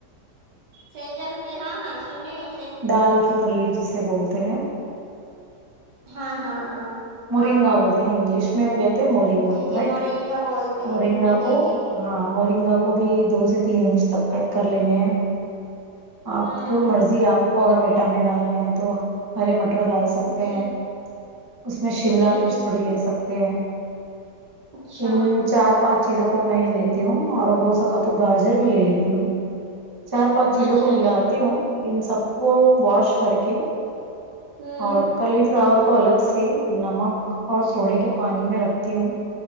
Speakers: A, on the right; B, on the right.
A: سجل کے ہاں ہاں سنی ہو
B: دال کی پلی جسے بولتے ہیں
A: ہاں ہاں ہاں
B: مورنگا
A: ہاں
B: بولتے ہیں انگلش میں اس میں کہتے مورنگا
A: جی جی
B: رائٹ
A: مورنگا بولتے
B: مورنگا
A: ہیں جی
B: کو
A: جی جی
B: ہاں مورنگا کو بھی دو سے تین انچ تک کٹ کر لینے ہیں آپ
A: ہوں
B: کیوں مرضی ہے آپ کو اگر وٹانے ڈالنے ہیں تو ہرے مٹر ڈال سکتے
A: جی
B: ہیں اس میں شملہ
A: جی
B: مرچ
A: جی
B: تھوڑی لے سکتے ہیں
A: اچھا
B: تین چار پانچ چیزوں کو میں لیتی ہوں اور ہو سکا تو گاجر بھی لے لیتی ہوں چار پانچ چیزوں
A: اچھا
B: کو ملاتی
A: اچھا
B: ہوں ان سب کو واش کر کے
A: ہوں
B: اور کلی فلاور کو الگ سے نمک اور سوڑے کے پانی میں رکھتی ہوں